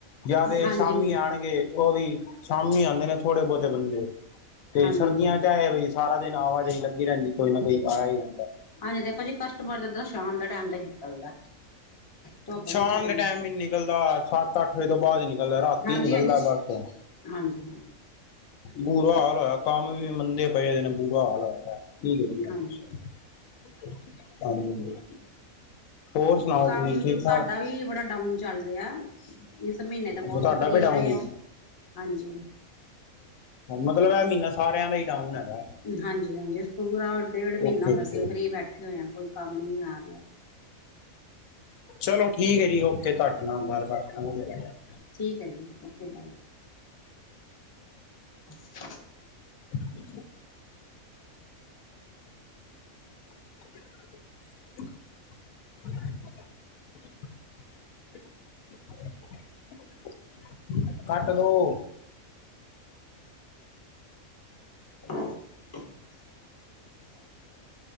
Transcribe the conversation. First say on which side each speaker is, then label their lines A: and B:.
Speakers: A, on the left; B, on the left.
A: ਯਾਂ ਤੇ
B: ਹਾਂਜੀ
A: ਸ਼ਾਮੀ ਆਣਗੇ ਓ ਵੀ ਸ਼ਾਮੀ ਆਂਦੇ ਨੇ ਥੋੜੇ ਬੌਤੇ ਬੰਦੇ। ਤੇ
B: ਹਾਂਜੀ
A: ਸਰਦੀਆਂ ਚ ਐ ਏ ਬੇ ਸਾਰਾ ਦਿਨ ਆਵਾਜਾਈ ਲੱਗੀ ਰੈਂਦੀ ਕੋਈ ਨਾ ਕੋਈ ਆਯਾ ਈ ਰੈੰਦਾ।
B: ਹਾਂਜੀ, ਦੇਖੋ ਜੀ ਕਸਟਮਰ ਦੇ ਤਾ ਸ਼ਾਮ ਦਾ ਟੈਮ ਤੇ ਨਿਕਲਦਾ। ਧੁੱਪ
A: ਸ਼ਾਮ
B: ਵਿਚ ਤੇ
A: ਦੇ
B: ਨੀ,
A: ਟਾਈਮ ਹੀ ਨਿਕਲਦਾ ਸੱਤ ਅੱਠ ਵਜੇ ਤੋਂ ਬਾਅਦ ਹੀ ਨਿਕਲਦਾ ਰਾਤੀ
B: ਹਾਂਜੀ-ਹਾਂਜੀ।
A: ਹੀ ਨਿਕਲਦਾ ਬਸ
B: ਹਾਂਜੀ-ਹਾਂਜੀ।
A: ਬੁਰਾ ਹਾਲ ਹੋਇਆ ਕੰਮ ਵੀ ਮੰਨਦੇ ਪਏ ਦੇ ਨੇ ਬੁਰਾ ਹਾਲ ਹੋਇਆ ਦਾ, ਕੀ ਕਰੀਏ?
B: ਹਾਂਜੀ
A: <unintelligible> ਹੋਰ ਸੁਣਾਓ
B: ਕੰਮ
A: ਤੁਸੀਂ ਠੀਕ
B: ਸਾਡਾ
A: ਠਾਕ
B: ਵੀ ਬੜਾ ਡਾਊਨ ਚੱਲ ਰਿਆ, ਇਸ ਮੀਨੇ ਤੇ ਬੌਤ
A: ਤੁਹਾਡਾ
B: ਫ੍ਰੀ
A: ਵੀ ਡਾਊਨ
B: ਰਏ
A: ਹੀ
B: ਆ, ਹਾਂਜੀ।
A: ਮਤਲਬ ਐ ਮੀਹਨਾ ਸਾਰਿਆਂ ਦਾ ਈ ਡਾਊਨ ਹੈਗਾ।
B: ਹਾਂਜੀ-ਹਾਂਜੀ, ਪੂਰਾ ਡੇਢ ਮਹੀਨਾ
A: ਓਕੇ
B: ਐਗਾ
A: ਓਕੇ
B: ਸੀ, ਅਸੀਂ ਫਰੀ ਬੈਠੇ ਹੋਏ ਆ ਕੋਈ ਕੰਮ ਨਈ ਆ ਰਿਆ।
A: ਚਲੋ ਠੀਕ ਏ ਜੀ, ਓਕੇ ਤੁਆਡੇ ਨਾਲ ਗੱਲ ਕਰਕੇ ਨਾ ਵਦੀਆ ਲਗਿਆ।
B: ਠੀਕ ਐ ਜੀ, ਓਕੇ ਬਾਏ। <inaudible>
A: <inaudible> <inaudible> <inaudible> <inaudible>
B: ਹੈਲੋ।
A: ਕੱਟ ਦੋ
B: <unintelligible>